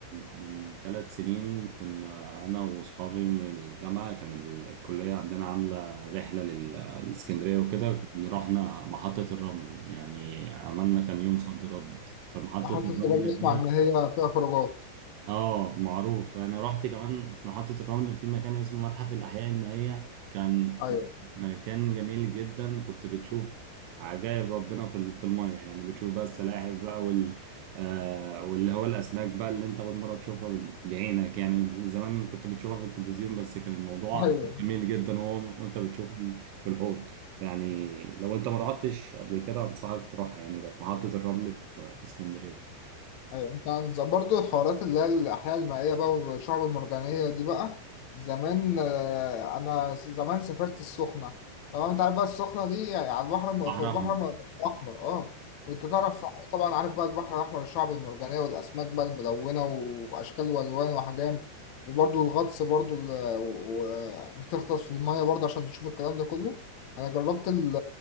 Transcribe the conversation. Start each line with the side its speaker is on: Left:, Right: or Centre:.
Right: من ثلاث سنين كنا انا واصحابي من الجامعة كان ال- الكلية عندنا عاملة رحلة لل- لاسكندرية وكده كنا رحنا محطة الرمل يعني عملنا كان يوم صد رد فمحطة
Left: محطة
Right: الرمل
Left: الرمل اسمع
Right: دي
Left: إن هي فيها خروجات
Right: اه معروف انا رحت كمان في محطة الرمل في مكان اسمه متحف الأحياء المائية كان
Left: أيوه
Right: مكان جميل جدا كنت بتشوف عجائب ربنا في ال- في المية يعني بتشوف بقى السلاحف بقى وال آه واللي هو الأسماك بقى اللي أنت أول مرة تشوفها ب- بعينك يعني من زمان كنت بتشوفها في التلفزيون بس كان الموضوع
Left: أيوه
Right: جميل جدا وهو وأنت بتشوف في الحوض يعني لو أنت ما رحتش قبل كده أنصحك تروح يعني ده في محطة الرمل في في اسكندرية
Left: ايوه انت عن برضه الحوارات اللي هي الاحياء المائيه بقى والشعب المرجانيه دي بقى زمان آه، انا س- زمان سافرت السخنه تمام انت عارف بقى السخنه دي يعني على البحر الم-
Right: بحر
Left: في البحر
Right: أحمر
Left: الم- الاحمر اه وانت تعرف طبعا عارف بقى البحر الاحمر الشعب المرجانيه والاسماك بقى الملونه واشكال والوان واحجام وبرضه الغطس برضه ال- و- و- بتغطس في الميه برضه عشان تشوف الكلام ده كله انا جربت ال-